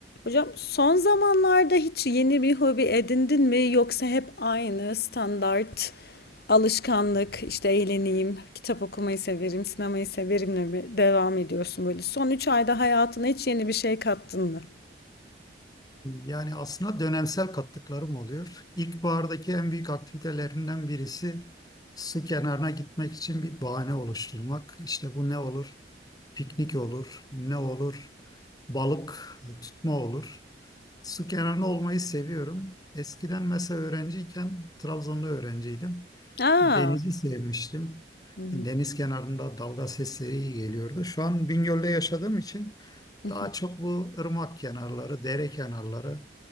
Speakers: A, on the left; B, on the left.
A: Hocam son zamanlarda hiç yeni bir hobi edindin mi yoksa hep aynı standart alışkanlık işte eğleneyim, kitap okumayı severim, sinemayı severimle mi devam ediyorsun böyle? Son 3 ayda hayatına hiç yeni bir şey kattın mı?
B: Yani aslında dönemsel katlıklarım oluyor. İlkbahardaki en büyük aktivitelerinden birisi su kenarına gitmek için bir bahane oluşturmak. İşte bu ne olur? Piknik olur, ne olur? Balık tutma olur. Su kenarında olmayı seviyorum. Eskiden mesela öğrenciyken, Trabzon'da öğrenciydim.
A: Aa.
B: Denizi sevmiştim.
A: Hı
B: Deniz kenarında dalga sesleri iyi geliyordu. Şu an Bingöl'de yaşadığım için
A: hı.
B: daha çok bu ırmak kenarları, dere kenarları